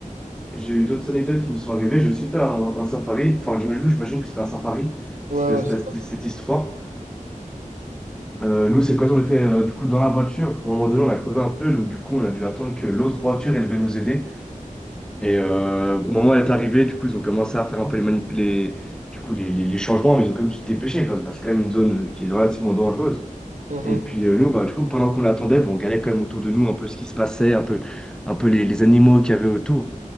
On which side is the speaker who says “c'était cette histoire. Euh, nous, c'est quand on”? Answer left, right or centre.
Centre